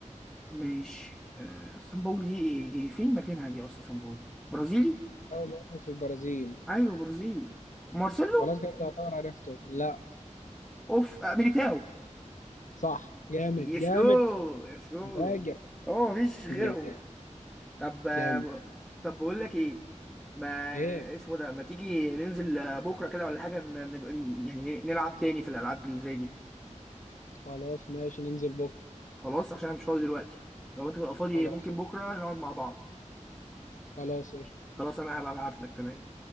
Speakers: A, in the centre; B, on the left (about 80°).
A: ماشي آه ساو باولو دي ايه دي فين مكانها دي اصلا ساو باولو برازيلي
B: ساو باولو في البرازيل
A: ايوه برازيلي مارسيلو
B: خلاص كده تعتبر عرفته لا
A: اوف آه ميليتاو
B: صح جامد
A: يسجو
B: جامد
A: يسجو
B: فاجر
A: هو مفيش غيرهم
B: جامد
A: طب
B: جامد
A: طب بقول لك ايه ما
B: ايه
A: اسمه ده ما تيجي ننزل بكره كده ولا حاجه ن- ن- يعني إيه، نلعب تاني في الالعاب اللي زي دي
B: خلاص ماشي ننزل بكره
A: خلاص عشان انا مش فاضي دلوقتي لو انت تبقى فاضي
B: خلاص
A: ممكن بكره نقعد مع بعض
B: خلاص قشطة.
A: خلاص انا هبقى ابعت لك تمام